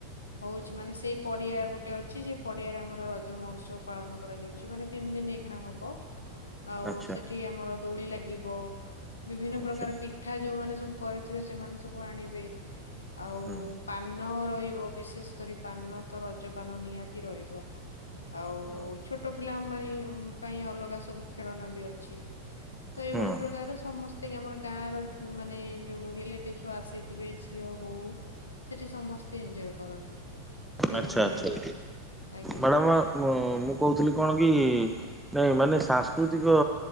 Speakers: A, on the left; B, in the centre.
A: ହଉଛି ମାନେ ସେଇ ପଡିଆ ଗୋଟେ ଅଛି ସେଇ ପଡିଆରେ ଆମର ରଜ ମହୋତ୍ସବ ପାଳନ କରାଯାଉଛି। ସେଠି ମାନେ ତିନି ଦିନ ଏଇଖିଣା ହବ। ଆଉ
B: ଆଚ୍ଛା
A: ସେଠି ଆମର ଦୋଳି ଲାଗିବ ବିଭିନ୍ନ
B: ଆଚ୍ଛା
A: ପ୍ରକାର ପି ପିଠା ଯୋଉମାନେ ସବୁ କରିଥିବେ ସେମାନେ ସବୁ ଆଣିବେ ଆଉ
B: ହୁଁ।
A: ପାନ ରହିବ ବିଶେଷ କରି ପାନ ତ ରଜ ପାନ ନିହାତି ରହିବ। ଆଉ
B: ହୁଁ
A: ଛୋଟ ପିଲାଙ୍କ ବାଇଁ ପାଇଁ ଅଲଗା ସବୁ ଖେଳନା ବି ଅଛି। ତ ଏଇଭଳି।
B: ହୁଁ
A: ଭାବରେ ସମସ୍ତେ ଆମର ଗାଁ ର ମାନେ ଯୋଉ ରିଲେଟିଭ ସବୁ ଆସିଥିବେ ଝିଅ ବୋହୁ। ସେଠି ସମସ୍ତେ ଏଞ୍ଜୟ କରନ୍ତି। ତିନି
B: ଆଚ୍ଛା
A: ଦିନ
B: ଆଛା
A: ଏବେ ଆଜ୍ଞା।
B: ମ୍ୟାଡାମ ମୁଁ କହୁଥିଲି କଣ କି? ନାଇଁ ମାନେ ସାଂସ୍କୃତିକ